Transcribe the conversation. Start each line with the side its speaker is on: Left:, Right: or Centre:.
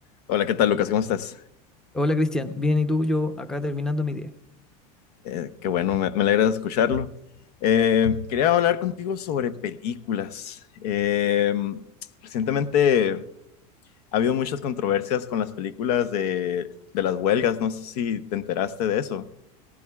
Left: Hola, ¿qué tal, Lucas? ¿Cómo estás?
Centre: Hola Cristian, bien y tú, yo acá terminando mi día.
Left: Eh, qué bueno, me, me alegra escucharlo. Eh, quería hablar contigo sobre películas. Eh, recientemente ha habido muchas controversias con las películas de, de las huelgas. No sé si te enteraste de eso